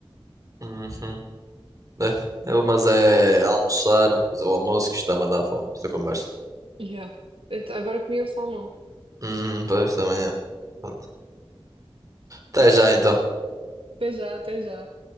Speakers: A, on the right; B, on the right.
A: Uhum. Bem, eu- mas é almoçar, fazer o almoço que está-me a dar fome. Esta conversa.
B: Yeah. Então, Agora comi o salmão.
A: Uhum, para esta manhã. Pronto. Até já então.
B: Até já, até já.